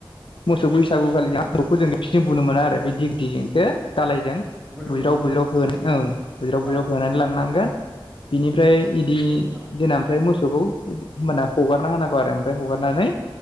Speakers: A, on the left; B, in the centre.
A: मोसौ बैसागुखालि
B: औ
A: <unintelligible> बिजों बुनो मोनो आरो बे दिगदिजोंसो दालायजों
B: बुनो
A: बुज्राव
B: मोना
A: बुज्राव
B: औ औ
A: होना ओं बुज्राव बुज्राव
B: औ
A: होनानै लांनांगोन।
B: औ
A: बिनिफ्राय इदि
B: औ
A: जोनाम ओमफ्राय मोसौखौ होमबाना हगारना होनांगौ आरो ओमफ्राय हगारनानै